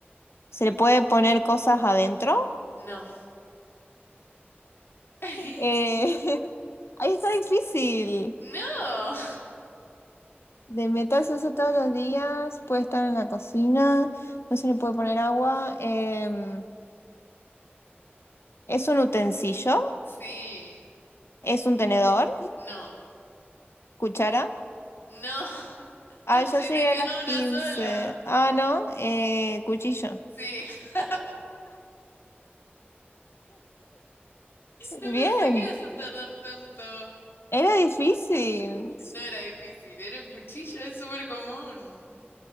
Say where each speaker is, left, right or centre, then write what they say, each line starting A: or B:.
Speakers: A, on the left (about 85°); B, on the left (about 65°).
A: ¿se le puede poner cosas adentro?
B: No. <laughs>
A: Eh, <laughs> ahí está difícil.
B: No.
A: De metas eso todos los días, puede estar en la cocina, no se le puede poner agua. em, es un utensilio,
B: Sí.
A: es un tenedor,
B: No.
A: cuchara.
B: No. <laughs>
A: Ah,
B: Anchi,
A: ya llegué
B: te queda
A: a las
B: una
A: 15.
B: sola.
A: Ah, no, eh, cuchillo.
B: Sí. <laughs> No
A: Bien,
B: pensé que ibas a tardar tanto.
A: era difícil.
B: No era difícil. Era un cuchillo, es súper común.